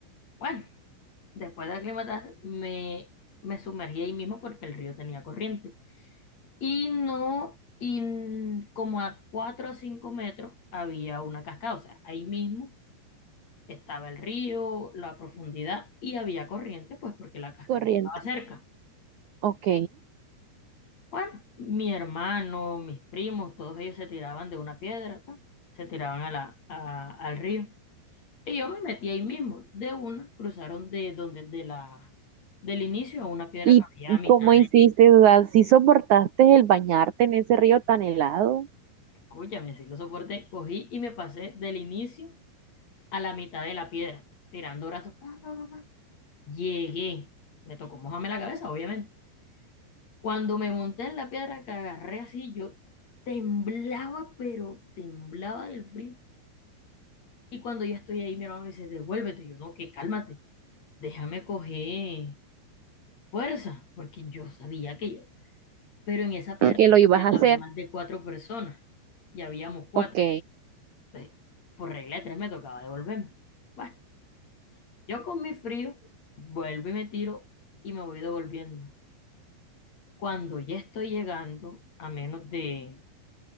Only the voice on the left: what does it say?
Bueno, después de aclimatar, me, me sumergí ahí mismo porque el río tenía corriente. Y no, y n- como a 4 o 5 metros había una cascada, o sea, ahí mismo estaba el río, la profundidad y había corriente, pues porque la cascada
estaba cerca.
Bueno, mi hermano, mis primos, todos ellos se tiraban de una piedra, ta, se tiraban a la, a- al río. Y yo me metí ahí mismo, de una, cruzaron de donde, de la, del inicio a una piedra
que había
a mitad
Escúchame, sí lo soporté, cogí y me pasé del inicio a la mitad de la piedra, tirando brazos. pa, pa, pa, pa. Llegué, me tocó mojarme la cabeza, obviamente. Cuando me monté en la piedra que agarré así, yo temblaba, pero temblaba del frío. Y cuando ya estoy ahí, mi hermano me dice, devuélvete. Y yo, no, que cálmate, déjame coger fuerza, porque yo sabía que yo. Pero en esa piedra
no
podían
haber más de cuatro personas, y habíamos cuatro.
Entonces, por regla de tres me tocaba devolverme. Bueno, Yo con mi frío vuelvo y me tiro y me voy devolviendo. Cuando ya estoy llegando a menos de,